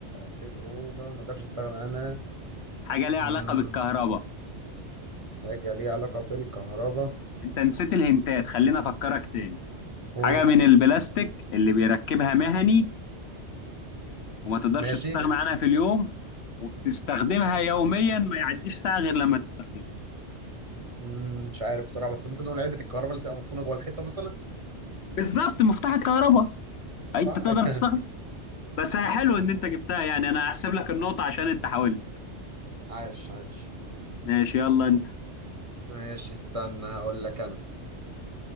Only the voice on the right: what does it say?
في الاوضه ما اقدرش استغنى عنها
امم
حاجه ليها علاقه بالكهرباء
قول
ماشي
مم، مش عارف بصراحه بس ممكن نقول علبه الكهرباء اللي تبقى مدفونه جوه الحيطه مثلا
صح
<laughs>
عاش عاش
ماشي استنى هقول لك انا